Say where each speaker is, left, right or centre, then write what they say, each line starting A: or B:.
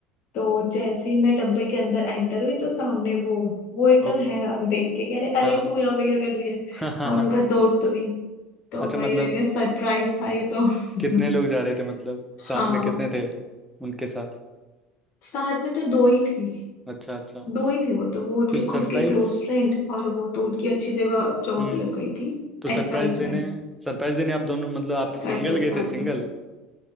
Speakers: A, on the left; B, in the centre.
A: तो जैसे ही मैं डब्बे के अंदर एंटर हुई तो सामने वो वो एकदम
B: ओ
A: हैरान देख के कह रहे अरे
B: हाँ <laughs>
A: तू यहाँ पे क्या कर रही है
B: हाँ हाँ
A: और
B: हाँ
A: उनका दोस्त भी तो
B: अच्छा
A: वही
B: मतलब
A: मैंने कहा सरप्राइज था ये तो
B: कितने
A: <laughs>
B: लोग जा रहे थे मतलब
A: हाँ
B: साथ में कितने थे उनके साथ
A: साथ में तो दो ही थी
B: अच्छा अच्छा
A: दो ही थे वो तो वो उनके
B: तो सरप्राइज
A: खुद के क्लोज फ्रेंड और वो तो उनकी अच्छी जगह जॉब
B: हम्म
A: लग गई थी
B: तो सरप्राइज
A: एक्साइज
B: देने
A: में
B: सरप्राइज देने आप दोनों मतलब आप
A: एक्साइज
B: सिंगल
A: डिपार्टमेंट
B: गए थे सिंगल